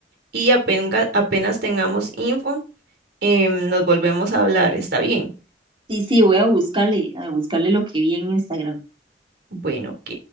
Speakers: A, on the right; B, on the right.
A: y apenga- apenas tengamos info, em, nos volvemos a hablar, ¿está bien?
B: Sí, sí, voy a buscarle, a buscarle lo que vi en Instagram.
A: Bueno, ok.